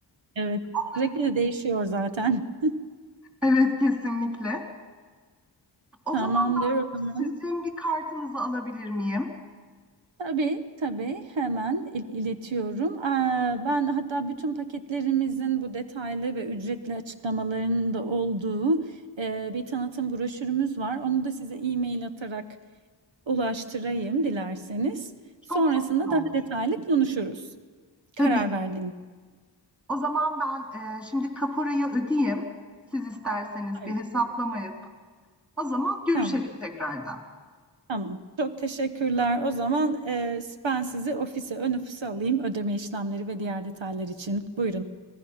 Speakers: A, on the right (about 85°); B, in the centre.
A: Evet.
B: Onların,
A: Sürekli de değişiyor zaten.
B: Evet kesinlikle.
A: <laughs>
B: O
A: Tamamdır
B: zaman ben
A: o
B: sizin
A: zaman.
B: bir kartınızı alabilir miyim?
A: Tabii, tabii. Hemen il- iletiyorum. Eee, ben hatta bütün paketlerimizin bu detaylı ve ücretli açıklamalarının da olduğu eee, bir tanıtım broşürümüz var. Onu da size e-mail atarak ulaştırayım dilerseniz.
B: Çok
A: Sonrasında
B: çok iyi olur.
A: daha detaylı konuşuruz.
B: Tabii.
A: Karar
B: ki.
A: verdiğiniz.
B: O zaman ben e, şimdi kaporayı ödeyeyim. Siz isterseniz
A: Harika.
B: bir hesaplama yapın. O zaman görüşelim
A: Tamam,
B: tekrardan.
A: tamam. Çok teşekkürler. O zaman eee, ben sizi ofise, ön ofise alayım ödeme işlemleri ve diğer detaylar için. Buyurun.